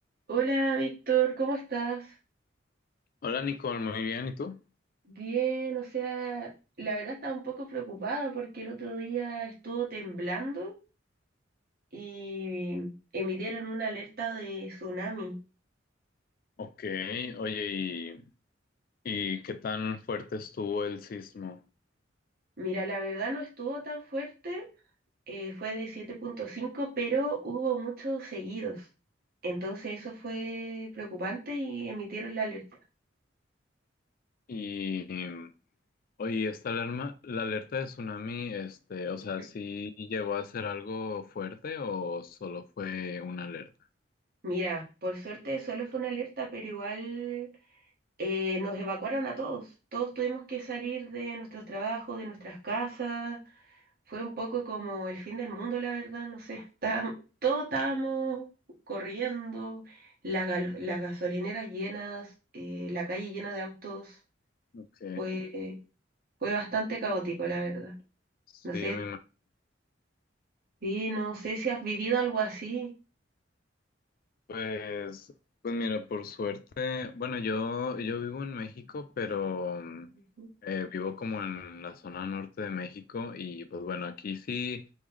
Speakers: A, on the right; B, on the left.
A: Hola Víctor, ¿cómo estás?
B: Hola Nicole, muy bien, ¿y tú?
A: Bien, o sea, la verdad estaba un poco preocupada porque el otro día estuvo temblando y emitieron una alerta de tsunami.
B: Ok, oye, ¿y, y qué tan fuerte estuvo el sismo?
A: Mira, la verdad no estuvo tan fuerte, eh, fue de siete punto cinco, pero hubo muchos seguidos. Entonces eso fue preocupante y emitieron la alerta.
B: Y, oye, esta alarma, la alerta de tsunami, este, o sea,
A: <clears throat>
B: ¿sí llegó a ser algo fuerte o solo fue una alerta?
A: Mira, por suerte solo fue una alerta, pero igual eh, nos evacuaron a todos. Todos tuvimos que salir de nuestros trabajos, de nuestras casas. Fue un poco como el fin del mundo, la verdad, no sé. <laughs> Estábamos, todos estábamos corriendo, la gal- las gasolineras llenas, eh, la calle llena de autos.
B: Ok,
A: Fue, fue bastante caótico, la verdad.
B: sí,
A: No sé,
B: me
A: sí, no sé si has vivido algo así.
B: Pues, pues mira, por suerte, bueno, yo, yo vivo en México, pero mm,
A: Ujú.
B: eh, vivo como en la zona norte de México y pues bueno, aquí sí,